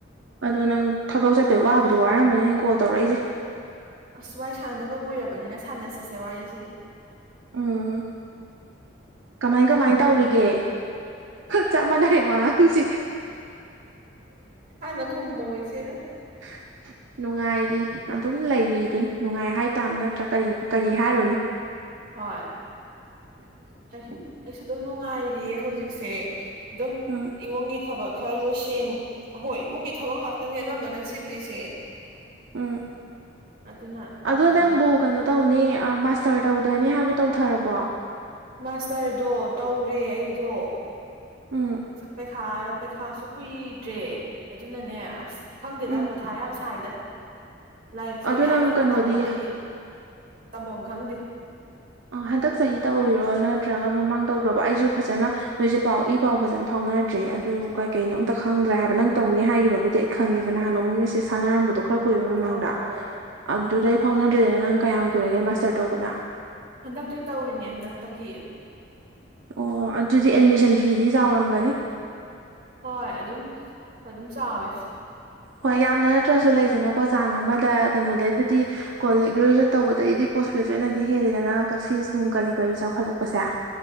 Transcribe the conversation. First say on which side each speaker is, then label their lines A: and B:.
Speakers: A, on the right; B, on the right.
A: ꯑꯗꯣ ꯅꯪ ꯊꯕꯛ ꯆꯠꯄꯩ ꯋꯥꯕꯨꯗꯤ ꯋꯥꯔꯝꯕꯅꯤ ꯑꯩꯅ ꯀꯣꯜ ꯇꯧꯔꯛꯏꯁꯦ
B: ꯑꯁ ꯋꯥꯏ ꯁꯥꯟꯅꯗꯕ ꯀꯨꯏꯔꯕꯅꯤꯅ ꯁꯥꯟꯅꯁꯤꯁꯦ ꯋꯥꯔꯤꯁꯦ
A: ꯎꯝ ꯀꯃꯥꯏ ꯀꯃꯥꯏ ꯇꯧꯔꯤꯒꯦ ꯆꯞ ꯃꯥꯟꯅꯔꯦ ꯋꯥꯍꯪꯁꯦ
B: <unintelligible> ꯈꯨꯃꯃꯣ ꯏꯆꯦꯅ
A: <inaudible> ꯅꯨꯡꯉꯥꯏꯔꯤ ꯑꯗꯨꯝ ꯂꯩꯔꯤꯗꯨꯅꯤ ꯅꯨꯡꯉꯥꯏ ꯍꯥꯏꯇꯥꯕ ꯅꯠꯇ꯭ꯔꯥ ꯀꯔꯤꯕ ꯀꯔꯤ ꯍꯥꯏꯔꯣꯅꯤ <unintelligible>
B: ꯍꯣꯏ ꯑꯩ ꯑꯩꯁꯨ ꯑꯗꯨꯝ ꯅꯨꯡꯉꯥꯏꯔꯤꯌꯦ ꯍꯧꯖꯤꯛꯁꯦ ꯑꯗꯨꯝ
A: ꯎꯝ
B: ꯏꯃꯨꯡꯒꯤ ꯊꯕꯛ ꯈꯔ ꯂꯣꯏꯁꯟ ꯑꯍꯣꯏ ꯏꯃꯨꯡꯒꯤ ꯊꯕꯛ ꯉꯥꯛꯇꯅꯦ ꯑꯅꯝꯕꯅ ꯆꯤꯜꯂꯤꯁꯦ
A: ꯎꯝ
B: ꯑꯗꯨꯅ
A: ꯑꯗꯨ
B: ꯑꯗꯨꯃꯥꯏꯅ
A: ꯅꯪꯕꯨ ꯀꯩꯅꯣ ꯇꯧꯅꯤ ꯑ ꯃꯥꯁꯇꯔ ꯇꯧꯗꯅꯤ ꯍꯥꯏꯕꯗꯣ ꯇꯧꯊꯔꯕꯣ
B: ꯃꯥꯁꯇꯔꯗꯣ ꯇꯧꯔꯦ ꯑꯩꯗꯣ
A: ꯎꯝ
B: ꯄꯩꯈꯥ ꯄꯩꯈꯥꯁꯨ ꯀꯨꯏꯗ꯭ꯔꯦ ꯑꯗꯨꯅꯅꯦ ꯑꯁ ꯈꯪꯗꯦꯗ
A: ꯎꯝ
B: ꯃꯊꯥ ꯌꯥꯝ ꯁꯥꯏꯗ ꯂꯥꯏꯔꯤꯛꯁꯦ
A: ꯑꯗꯣ
B: ꯏꯍꯥꯛ
A: ꯅꯪ
B: ꯌꯧꯅ
A: ꯀꯩꯅꯣꯗꯤ
B: ꯇꯝꯃꯗꯤ ꯇꯝꯐꯝ ꯈꯪꯗꯦ
A: ꯍꯟꯗꯛ ꯆꯍꯤ ꯇꯧꯕꯔꯤꯔꯣ ꯅꯠꯇ꯭ꯔꯒ ꯃꯃꯥꯡ ꯇꯧꯈ꯭ꯔꯕ ꯑꯩꯁꯨ ꯐꯖꯅ ꯅꯣꯏꯁꯦ ꯄꯥꯎꯢ ꯏꯄꯥꯎ ꯐꯖꯅ ꯐꯥꯎꯅꯗ꯭ꯔꯦ ꯑꯗꯨ ꯀꯩ ꯀꯩꯅꯣ ꯑꯝꯇ ꯈꯪꯗ꯭ꯔꯥ ꯍꯥꯏꯕ ꯅꯪ ꯇꯧꯅꯤ ꯍꯥꯏꯈꯤꯕꯕꯨꯗꯤ ꯈꯪꯉꯦꯗꯅ ꯅꯍꯥꯟ ꯅꯣꯡꯃ ꯃꯤꯁꯦꯖ ꯁꯥꯟꯅꯔꯝꯕꯗ ꯈꯔ ꯀꯨꯏꯕꯩ ꯃꯃꯥꯡꯗ
B: ꯑꯧ ꯑꯧ
A: ꯑꯗꯨꯗꯩ ꯑꯩ ꯐꯥꯎꯅꯗ꯭ꯔꯦꯗꯅ ꯅꯪ ꯀꯌꯥꯝ ꯀꯨꯏꯔꯒꯦ ꯃꯥꯁꯇꯔ ꯇꯧꯕꯅ
B: ꯍꯟꯗꯛꯇꯩ ꯇꯧꯔꯤꯅꯦ ꯍꯟꯗꯛꯇꯒꯤ
A: ꯑꯣ ꯑꯗꯨꯗꯤ ꯑꯦꯠꯃꯤꯁꯟ ꯐꯤꯗꯤ ꯆꯥꯎꯔꯝꯒꯅꯤ
B: ꯍꯣꯏ ꯑꯗꯨꯝ ꯑꯗꯨꯝ ꯆꯥꯎꯋꯦ
A: ꯍꯣꯏ ꯌꯥꯝꯅ ꯅꯠꯇ꯭ꯔꯁꯨ ꯂꯩꯗꯅ ꯀꯣ ꯆꯥꯡ ꯑꯃꯗ ꯀꯩꯅꯣꯗꯩꯕꯨꯗꯤ ꯀꯣ ꯂꯦꯛꯔꯤꯒ ꯇꯧꯕꯗꯩꯗꯤ ꯄꯣꯁ ꯒ꯭ꯔꯦꯖꯨꯋꯦꯠꯅꯗꯤ ꯍꯦꯜꯂꯤꯦꯗꯅ ꯐꯤꯁ ꯅꯨꯡ ꯀꯔꯤ ꯀꯔꯤ ꯆꯥꯎꯈꯠꯂꯛꯄꯁꯦ <inaudible>